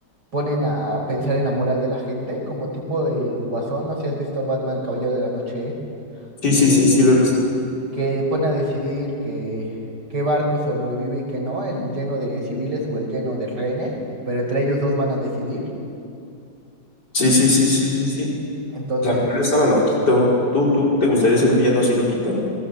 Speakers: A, on the right; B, on the left.
A: ponen a pensar en la moral de la gente, como tipo del Guasón, no sé si has visto Batman, el Caballero de la Noche,
B: Sí,
A: eh,
B: sí, sí, sí, lo he visto.
A: que pone a decidir que qué barco sobrevive y qué no, el lleno de civiles o el lleno de rehenes, pero entre ellos dos van a decidir.
B: Sí, sí, sí, sí, sí, sí.
A: Entonces,
B: O sea, pero
A: pues,
B: él estaba loquito. ¿Tú, tú te gustaría ser un villano así loquito?